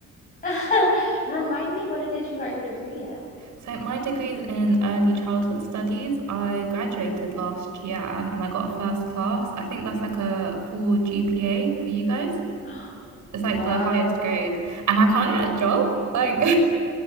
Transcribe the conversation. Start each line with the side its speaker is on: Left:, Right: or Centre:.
Left: <laughs> remind me what it is you got your degree
Right: So, my degree's in early childhood studies. I graduated
Left: in?
Right: last year and I got a first class. I think that's like a full GPA for you guys.
Left: <gasps>
Right: It's
Left: Whoa,
Right: like the highest grade. And I can't get a job. Like,